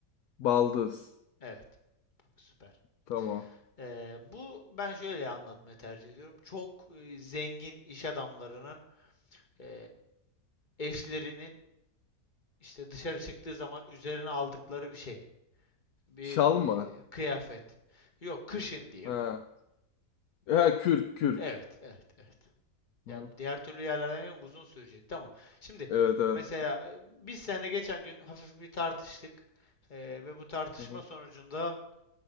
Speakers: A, on the left; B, on the left.
A: Baldız.
B: Evet. Bak süper.
A: Tamam.
B: Ee, bu ben şöyle anlatmayı tercih ediyorum. Çok e, zengin iş adamlarının e, eşlerinin işte dışarı çıktığı zaman üzerine aldıkları bir şey. Bir
A: Şal mı?
B: e, kıyafet. Yok kışın diyeyim.
A: Ha. E, Ha, kürk kürk.
B: Evet, evet, evet.
A: Hı.
B: Ya diğer türlü yerlerden uzun sürecek. Tamam. Şimdi
A: Evet evet.
B: mesela e, biz seninle geçen gün hafif bir tartıştık. Ee, ve bu tartışma
A: Hı hı.
B: sonucunda